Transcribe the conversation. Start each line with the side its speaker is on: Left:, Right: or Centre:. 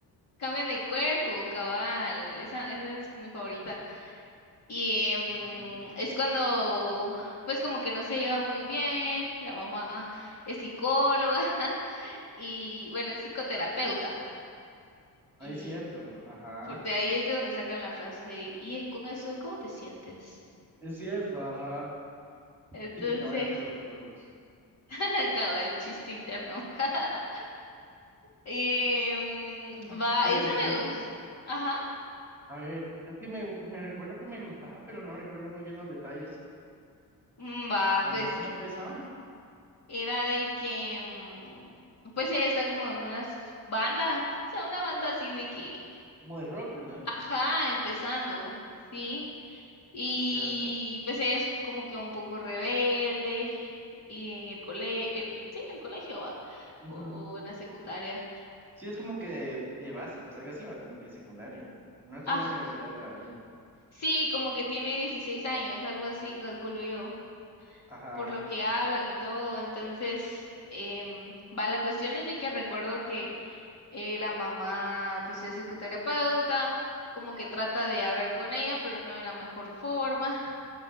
Left: cambian de cuerpo, cabal, esa, esa es mi favorita. Y em,
Centre: Ujú.
Left: es cuando, pues como que no se llevan muy bien, la mamá es psicóloga <laughs> y bueno, es psicoterapeuta.
Centre: Ah,
Left: Y
Centre: es cierto, ajá.
Left: por, de ahí es de donde sacan la frase, y eh, con eso, ¿cómo te sientes?
Centre: Es cierto, ajá.
Left: Entonces,
Centre: Típica vara entre los psicólogos.
Left: <laughs> acaba el chiste interno. <laughs> Em,
Centre: Mm,
Left: va,
Centre: <laughs> Pero
Left: esa
Centre: sí.
Left: me gusta. Ajá.
Centre: A ver, es que me, me recuerdo que me gustaba, pero no recuerdo muy bien los detalles.
Left: Mm, Va,
Centre: A
Left: pues
Centre: ver, ¿cómo empezaba?
Left: era de que, mm, pues ella está como en una s- banda, o sea, una banda así de que
Centre: Como de rock, ¿verdad?
Left: Ajá, empezando, sí. Y
Centre: Es cierto.
Left: pues ella es como que un poco rebelde y en el cole, en, sí, en el colegio va,
Centre: Ujú.
Left: o, o en la secundaria.
Centre: Sí, es como que de, de básicos, algo así, va, como que secundaria. No está
Left: Ah,
Centre: en la universidad todavía.
Left: sí, como que tiene 16 años, algo así, calculo yo,
Centre: Ajá.
Left: por lo que hablan y todo. Entonces, em, va, la cuestión es de que recuerdo que eh, la mamá, pues es psicoterapeuta, como que trata de hablar con ella, pero no de la mejor forma.